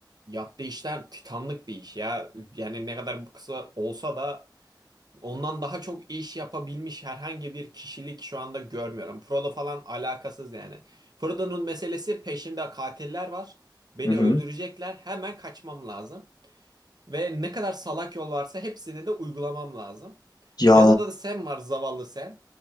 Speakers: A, on the right (about 60°); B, on the left (about 60°).
A: Yaptığı işler titanlık bir iş ya. Yani ne kadar bu kısa olsa da Ondan daha çok iş yapabilmiş herhangi bir kişilik şu anda görmüyorum. Frodo falan alakasız yani. Frodo'nun meselesi peşimde katiller var. Beni
B: Hı hı.
A: öldürecekler. Hemen kaçmam lazım. Ve ne kadar salak yol varsa hepsini de uygulamam lazım.
B: Ya
A: Yanında da Sam var zavallı Sam.